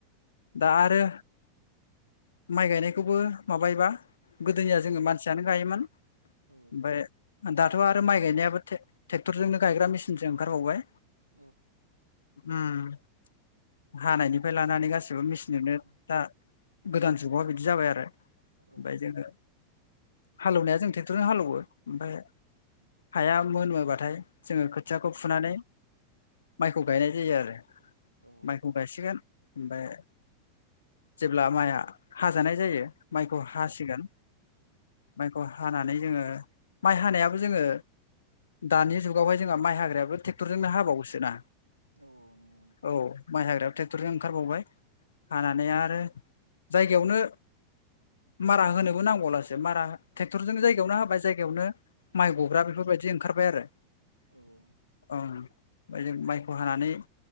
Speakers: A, on the left (about 70°); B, on the right (about 85°).
A: दा आरो माइ गायनायखौबो माबायोबा गोदोनिया जोंङो मानसियानो गायोमोन
B: औ औ
A: ओमफ्राय दाथ आरो माइ गायनायाबो ट्रेक्टरजोंनो गायग्रा मेसिनसो ओंखारबावबाय
B: औ
A: ओम हानायनिफ्राय लानानै गासि एबा मेसिन
B: औ
A: दोनो ता गोदान जुगाव बिदि जाबाय आरो
B: औ नंगौ औ
A: ओमफाय जोंङो हालेवनाया जों ट्रेकथरजों हालेवो ओफ्राय हाया मोनोबाथाय जोंङो खोथियाखौ
B: उम
A: फुनानै माइखौ गायनाय जायो आरो
B: औ
A: माइखौ गायसिगोन ओमफ्राय जेब्ला माइआ हाजानाय जायो माइखौ हासिगोन माइखौ हा हानानै जोंङो माइ हानायाबो जोंङो दानि जुगावहाय जोंहा माइ हागरा ट्रेक्टरजोंनो हाबावोसोना
B: नंगौ नंगौ
A: औ माइ हाग्र्रायाबो ट्रेक्टरजों ओंखारबावबाय हानानै आरो जायगायावनो मारा होनोबो नांबावलासो मारा ट्रेक्टरजों जायगायावनो हाबाय जायगायावनो माइ गगरा बेफोरबायदि
B: औ
A: ओंखारबाय आरो
B: नंगौ
A: औ ओमफ्राय जों माइखौ हानानै